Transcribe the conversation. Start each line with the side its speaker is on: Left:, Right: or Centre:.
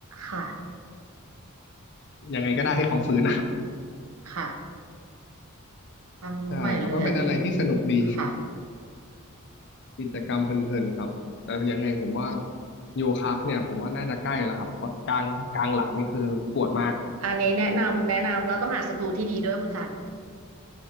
Right: ค่ะ
Left: ยังไงก็ได้ให้เขาฟื้นอะ
Right: อืมค่ะความรู้ใหม่เลยอันนี้
Left: <laughs> ใช่ครับก็เป็นอะไรที่สนุกดี
Right: ค่ะ
Left: กิจกรรมเพลินๆครับแต่ยังไงผมว่าโยคะเนี่ยผมว่าน่าจะใกล้แล้วครับเพราะกลางกลางหลังนี่คือปวดมาก
Right: อันนี้แนะนำแนะนำเราต้องหาศัตรูที่ดีด้วยคุณซัน